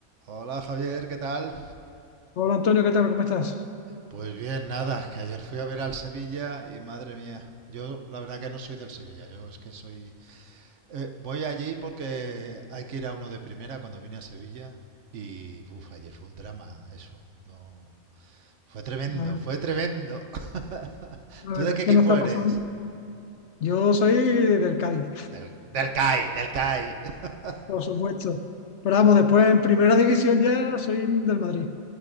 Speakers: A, on the right; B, on the left.
A: Hola Javier, ¿qué tal?
B: Hola Antonio, ¿qué tal? ¿Cómo estás?
A: Pues bien, nada, que ayer fui a ver al Sevilla y madre mía, yo la verdad que no soy del Sevilla, yo es que soy... eh, voy allí porque hay que ir a uno de primera cuando vine a Sevilla y uff, ayer fue un drama eso, no... Fue tremendo,
B: La ver-
A: fue tremendo. <laughs>
B: la
A: ¿Tú
B: verdad,
A: de qué
B: es que
A: equipo
B: no está
A: eres?
B: pasando. Yo soy del Cádiz,
A: Del, del CAI, del CAI. <laughs>
B: <laughs> por supuesto. Pero vamos, después en primera división ya soy del Madrid.